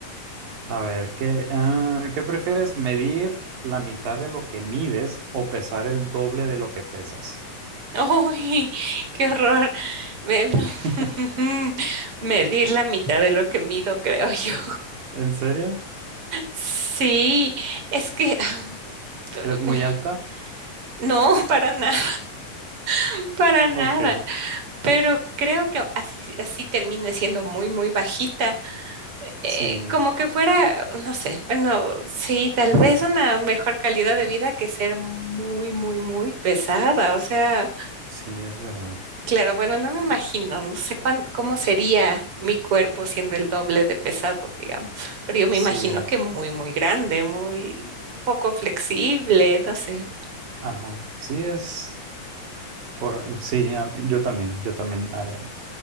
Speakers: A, on the right; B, on the right.
A: A ver, ¿qué, ah, ¿qué prefieres? ¿Medir la mitad de lo que mides o pesar el doble de lo que pesas?
B: ¡Uy! ¡Qué horror! Me,
A: <laughs>
B: <laughs> medir la mitad de lo que mido, creo yo.
A: ¿En serio?
B: Sí, es que <laughs>
A: ¿Eres muy alta?
B: no, para nada, <laughs> para nada.
A: Ok,
B: Pero creo que así, así termine siendo muy, muy bajita. Eh,
A: sí,
B: como que fuera, no sé, bueno, sí, tal vez una mejor calidad de vida que ser muy, muy, muy pesada. O sea,
A: sí, es verdad.
B: claro, bueno, no me imagino, no sé cuán- cómo sería mi cuerpo siendo el doble de pesado, digamos. Pero yo me
A: Sí,
B: imagino que muy, muy grande, muy poco flexible, no sé.
A: ajá, sí es correcto. Sí, a- yo también, yo también haré-